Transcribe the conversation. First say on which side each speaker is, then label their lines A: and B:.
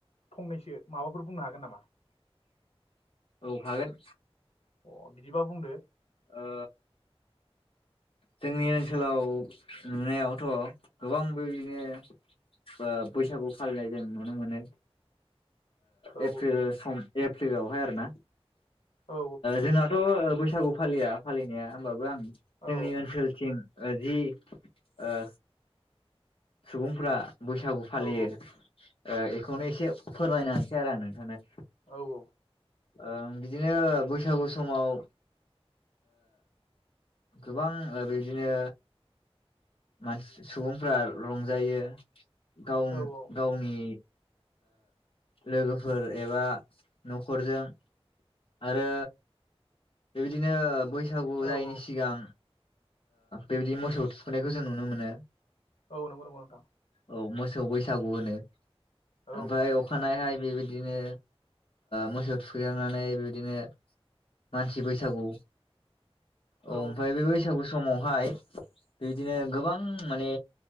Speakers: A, on the left (about 80°); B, on the left (about 60°).
A: फंनैसो माबाफोर बुंनो हागोन नामा
B: औ हागोन
A: अ बिदिबा बुंदो।
B: ओ जोंनि ओनसोलाव नुनायावथ' गोबां बेबायदिनो बैसागु फालिनाय जों नुनो मोनो।
A: औ
B: एप्रिल सान एप्रिलावहाय आरो ना?
A: औ
B: जोंनाथ' बै बैसागु फालिया फालिनाया होमबाबो आं जोंनि
A: औ
B: ओनसोलसथिं जि आ सुबुंफ्रा बैसागु फालियो
A: औ
B: बेखौनो एसे फोरमायना होनोसै आरो आं नोंथांनो
A: औ औ।
B: ओ बिदिनो बैसागु समाव गोबां बिदिनो मानसि सुबुंफ्रा रंजायो। गाव
A: औ औ
B: गावनि लोगोफोर एबा न'खरजों आरो बेबायदिनो ब बैसागु
A: औ
B: जायैनि
A: औ
B: सिगां बेबायदि मोसौ थुखैनायखौ जों नुनो मोनो।
A: औ नंगौ नंगौ नोंथां।
B: औ मोसौ बैसागु होनो।
A: औ
B: ओमफ्राय अखानायहाय बेबायदिनो मोसौ थुखैखांनानै बेबायदिनो मानसि बैसागु
A: औ
B: औव ओमफाय बै समावहाय बेदिनो गोबां माने